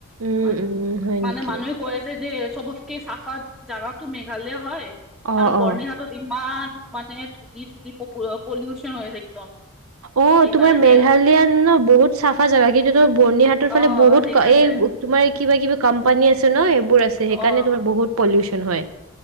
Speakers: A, on the right; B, in the centre.
A: উম
B: মান
A: উম হয়
B: মানে
A: নেকি
B: মানুহে কৈ আছে যে চবতকে চাফা জাগাটো মেঘালয় হয়
A: অ
B: আৰু
A: অ
B: বৰ্ণিঘাটত ইমান মানে ধুলি চুলি পলিউচন হৈ হৈছে একদম।
A: অ',
B: সেইকাৰণে
A: তোমাৰ মেঘালয় ন বহুত চাফা জেগা। কিন্তু তোমাৰ বৰ্ণিঘাটৰ ফালে
B: অ
A: বহুত
B: সেইকাৰণে
A: এই তোমাৰ কিবা কিবা কোম্পানী আছে ন, এইবোৰ আছে।
B: অ
A: সেইকাৰণে তোমাৰ বহুত পলিউচন হয়।